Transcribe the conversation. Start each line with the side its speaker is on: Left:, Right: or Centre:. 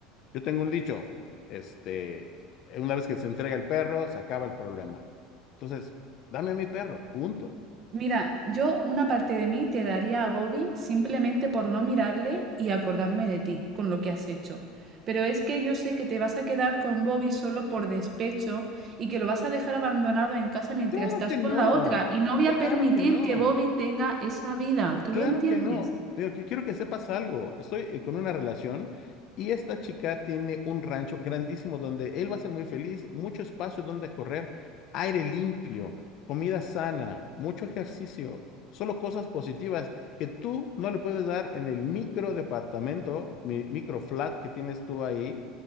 Left: Yo tengo un dicho, este, eh, una vez que se entrega el perro, se acaba el problema. Entonces, dame a mi perro, punto.
Right: Mira, yo una parte de mí te daría a Bobby simplemente por no mirarle y acordarme de ti, con lo que has hecho. Pero es que yo sé que te vas a quedar con Bobby solo por despecho y que lo vas a dejar abandonado en casa mientras
Left: Claro
Right: estás
Left: que
Right: con
Left: no,
Right: la otra. Y no voy
Left: claro
Right: a permitir
Left: que no.
Right: que Bobby tenga esa vida. ¿Tú
Left: Claro
Right: lo entiendes?
Left: que no. Pero que quiero que sepas algo. Estoy eh, con una relación y esta chica tiene un rancho grandísimo donde él va a ser muy feliz, mucho espacio donde correr, aire limpio, comida sana, mucho ejercicio, solo cosas positivas que tú no le puedes dar en el micro departamento, mi micro flat que tienes tú ahí,